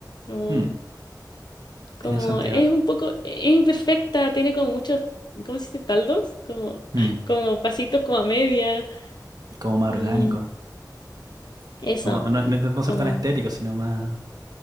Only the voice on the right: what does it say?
Mm,
tiene sentido.
Mm,
como más
orgánico.
Como- no, no intentando
ser tan estético, sino más